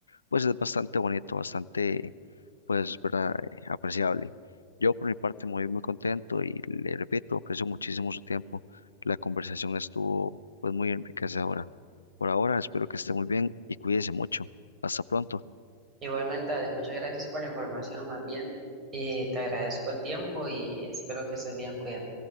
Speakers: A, on the left (about 75°); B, on the right (about 25°).
A: pues es bastante bonito, bastante, pues, ¿verdad? eh, apreciable. Yo por mi parte muy, muy contento y le repito, aprecio muchísimo su tiempo. La conversación estuvo, pues, muy enriquecedora. Por ahora, espero que esté muy bien y cuídese mucho. Hasta pronto.
B: Igualmente, Ale, muchas gracias por la información, más bien, eh, te agradezco el tiempo y espero que estés bien, cuídate.